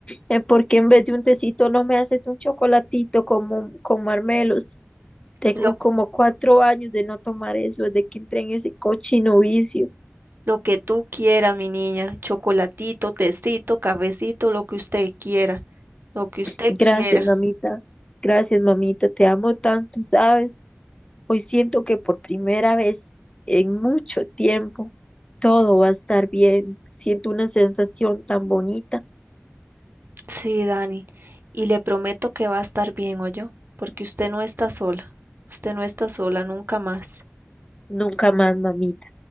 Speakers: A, on the left (about 25°); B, on the right (about 55°).
A: Eh, ¿Por qué en vez de un tecito no me haces un chocolatito como, con marmelos? Tengo
B: Lo,
A: como cuatro años de no tomar eso, desde que entré en ese cochino vicio.
B: lo que tú quieras, mi niña. Chocolatito, tecito, cafecito, lo que usted quiera. Lo que usted
A: Gracias,
B: quiera.
A: mamita. Gracias, mamita. Te amo tanto, ¿sabes? Hoy siento que por primera vez en mucho tiempo todo va a estar bien. Siento una sensación tan bonita.
B: Sí, Dani. Y le prometo que va a estar bien, yo, Porque usted no está sola. Usted no está sola nunca más.
A: Nunca más, mamita.